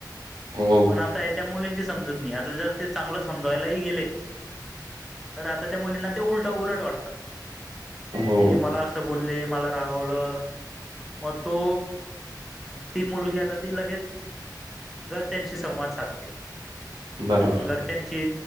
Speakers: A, on the right (about 80°); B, in the centre.
A: हो हो
B: पण आता त्या मुलींची समजूत नाही आता जर ते चांगल समज वायलाही गेले. तर आताच्या मुलींना ते उलट उलट वाटत, कि
A: हो
B: मला अस बोलले. मला रागवल. मग तो ती मुलगी आता ती लगेच घरच्यांशी संवाद साधते.
A: बरोबर.
B: घरच्यांशी